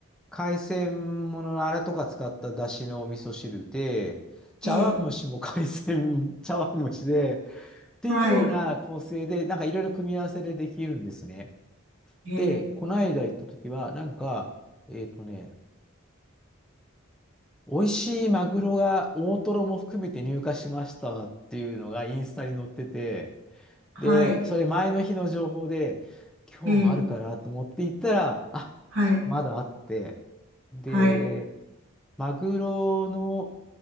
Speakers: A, in the centre; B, on the right (about 80°).
A: 海鮮もののアラとか使った出汁のお味噌汁で、茶碗蒸しも海鮮、
B: ええ、
A: <laughs> 茶碗蒸しで、っていうような構成で、
B: はい。
A: なんかいろいろ組み合わせでできるんですね。
B: ええ、
A: で、この間行った時は、なんか、えっとね、美味しいマグロが大トロも含めて入荷しましたっていうのがインスタに載ってて、
B: はい。
A: で、それ前の日の情報で、今日もあるからと思って行ったら、
B: ええ、
A: あ、
B: はい。
A: まだあって、で、
B: はい。
A: マグロの